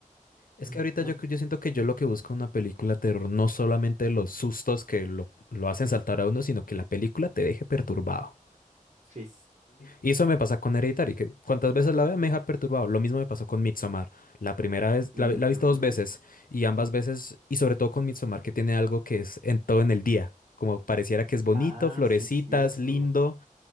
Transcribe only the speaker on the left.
Es
que ahorita
yo, yo siento que yo lo que busco en una película de terror no solamente los sustos que lo, lo hacen saltar a uno, sino que la película te deje perturbado.
Y eso me pasa con Hereditary, que cuantas veces la vea me deja perturbado. Lo mismo me pasó con Midsommar. La primera vez,
la, la he visto dos veces y ambas veces, y sobre todo con Midsommar, que tiene algo que es en todo en el día. Como pareciera que es bonito,
florecitas,
lindo,